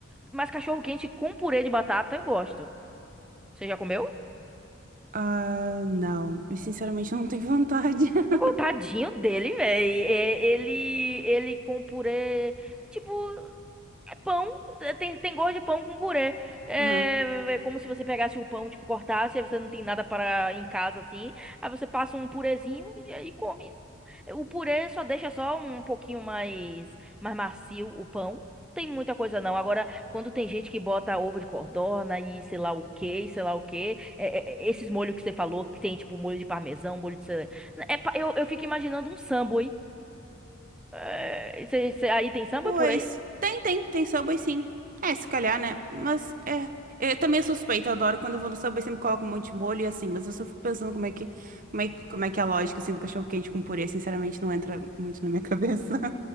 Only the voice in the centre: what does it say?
mas cachorro-quente com purê de batata eu gosto. Você já comeu?
Oh, tadinho dele, velho. Ele, ele com purê. é Tipo. É pão, é, tem, tem gosto de pão com purê. É,
é é como se você pegasse o pão, tipo, cortasse, aí você não tem nada para em casa assim. Aí você passa um purezinho e aí come. O purê só deixa só um pouquinho mais, mais macio o pão. Tem muita coisa não. Agora, quando tem gente que bota ovo de codorna e sei lá o quê, e sei lá o quê, é- é- é esses molhos que você falou, que tem tipo molho de parmesão, molho de. cera- É, é pa- eu, eu fico imaginando um samba, hein? É, cê- cê- aí tem samba
por aí?